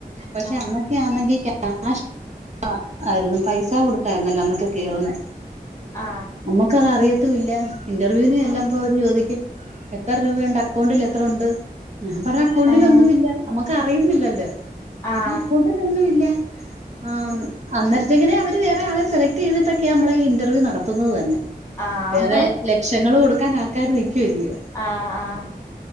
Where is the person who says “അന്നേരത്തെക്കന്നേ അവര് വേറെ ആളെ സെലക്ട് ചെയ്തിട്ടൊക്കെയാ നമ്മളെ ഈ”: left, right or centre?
Right